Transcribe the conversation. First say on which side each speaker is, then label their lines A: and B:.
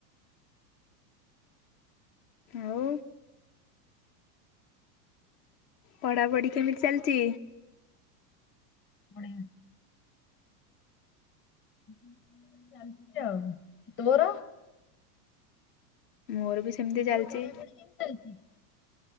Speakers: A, on the left; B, on the left.
A: ଆଉ। ପଢ଼ାପଢ଼ି କେମିତି ଚାଲିଛି?
B: ବଢିଆ। <inaudible> ଚାଲିଛି ଆଉ। ତୋର?
A: ମୋର ବି ସେମିତି ଚାଲିଛି।
B: ତୋର ପଢାପଢି କେମିତି ଚାଲିଛି?